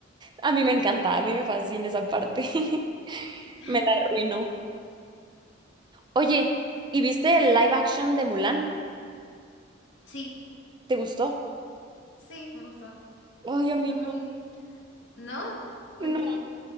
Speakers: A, on the right (about 25°); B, on the left (about 70°).
A: A mí me encanta, a mí me fascina esa parte. <laughs>
B: <laughs>
A: Me la arruinó. Oye, ¿y viste el live action de Mulan?
B: Sí,
A: ¿Te gustó?
B: sí, me gustó.
A: Ay,
B: Es
A: a mí
B: muy... ¿No? porque
A: no. No,